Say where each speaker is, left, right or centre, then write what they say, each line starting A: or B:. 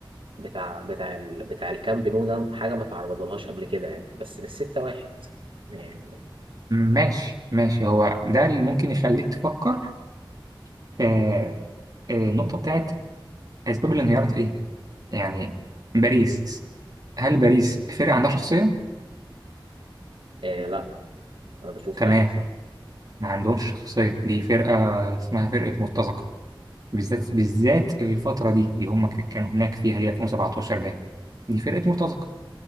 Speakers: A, on the right; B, on the right.
A: بتاع بتاع ال... بتاع الكامب نو ده حاجه ما تعرضلهاش قبل كده يعني بس مش ستة واحد يعني
B: ماشي ماشي هو ده اللي ممكن يخليك تفكر في آه، النقطة بتاعت أسباب الانهيار إيه؟ يعني باريس هل باريس فرقة عندها شخصية؟
A: إيه لا انا بشوف
B: تمام
A: لا بصراحه
B: ما عندهمش شخصية دي فرقة اسمها فرقة مرتزقة بالذات بالذات الفترة دي اللي هم ك- كانوا هناك فيها هي 2017 باين دي فرقة مرتزقة